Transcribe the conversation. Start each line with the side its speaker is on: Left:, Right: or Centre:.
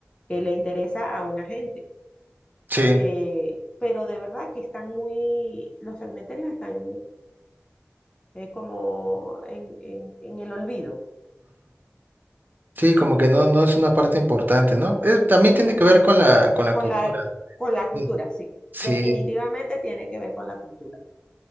Left: que le interesa a una gente.
Right: sí.
Left: eh, pero de verdad que están muy, los cementerios están eh, como en, en- en el olvido,
Right: Sí, como que no, no es una parte importante, ¿no? Eh, también
Left: Mm,
Right: tiene que ver con la, con la
Left: con
Right: cultura.
Left: la, con la cultura,
Right: Sí.
Left: sí.
Right: Sí.
Left: Definitivamente tiene que ver con la cultura.